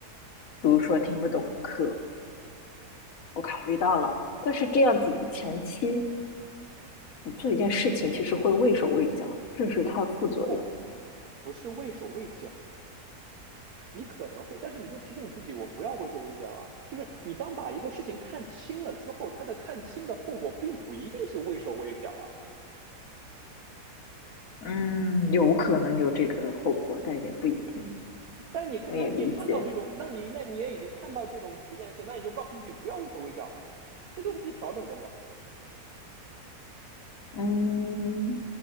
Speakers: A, on the left; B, on the right.
A: 比如说听不懂课，我考虑到了，但是这样子你前期你做一件事情，其实会畏手畏脚，这是它的副作用。
B: 不不是畏手畏脚，你可能会，但是你就提醒自己，我不要畏手畏脚啊。就是你当把一个事情看清了之后，它的看清的后果并不一定是畏手畏脚啊。
A: 嗯，有可能有这个后果，但也不一定。
B: 但你看，
A: 我也理解。
B: 那你也看到这种，那你那你也已经看到这种局限性，那你就告诉自己不要畏手畏脚了，这都是可以调整的嘛。
A: 嗯，